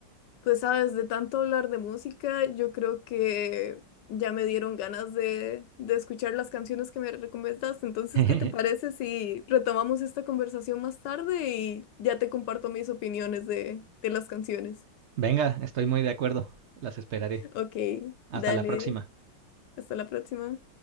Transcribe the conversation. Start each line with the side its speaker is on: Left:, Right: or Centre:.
Left: Pues sabes, de tanto hablar de música, yo creo que ya me dieron ganas de, de escuchar las canciones que me recomendaste. Entonces,
Right: <laughs>
Left: ¿qué te parece si retomamos esta conversación más tarde y ya te comparto mis opiniones de, de las canciones?
Right: Venga, estoy muy de acuerdo. Las esperaré.
Left: Ok,
Right: Hasta
Left: dale,
Right: la próxima.
Left: hasta la próxima.